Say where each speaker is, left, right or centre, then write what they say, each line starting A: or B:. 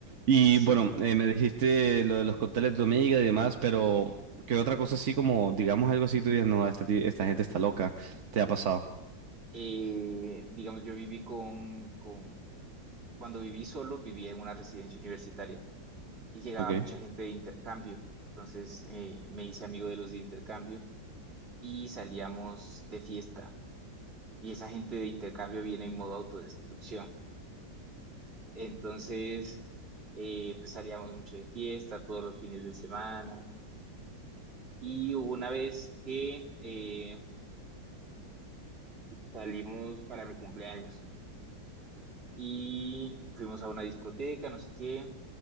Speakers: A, on the right (about 50°); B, on the right (about 30°).
A: Y
B: Sí.
A: bueno, eh, me dijiste lo de los cócteles de tu amiga y demás, pero ¿qué otra cosa así como, digamos algo así, tú dices, no, este ti- esta gente está loca, te ha pasado,
B: Eh, digamos, yo viví con, con, cuando viví solo, vivía en una residencia universitaria y llegaba
A: ¿ok?
B: mucha gente de intercambio. Entonces eh, me hice amigo de los de intercambio y salíamos de fiesta. Y esa gente de intercambio viene en modo autodestrucción. Entonces, eh, pues salíamos mucho de fiesta todos los fines de semana. Y hubo una vez que eh, salimos para mi cumpleaños. y fuimos a una discoteca, no sé qué,